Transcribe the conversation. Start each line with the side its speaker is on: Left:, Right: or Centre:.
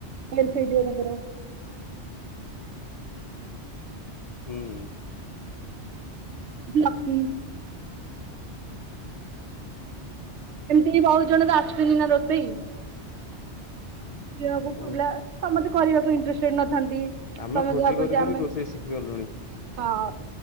Right: ହେଲପ୍ ହେଇଯିବ ତାଙ୍କର
Left: ହୁଁ।
Right: ଲକି ଏମିତି ବହୁତ ଜଣ ତ ଆସୁଛନ୍ତି ନା ରୋଷେଇ ଝିଅକୁ
Left: ଆଉ
Right: ପିଲା ସମସ୍ତେ କରିବାକୁ ଇଣ୍ଟଷ୍ଟେଡ ନଥାନ୍ତି।
Left: ଆମେ
Right: ସମସ୍ତେ
Left: ଭୋଜି
Right: ଭାବନ୍ତି
Left: କରି କରି
Right: ଆମେ
Left: ରୋଷେଇ ଶିଖିଗଲୁଣି।
Right: ହଁ ଅ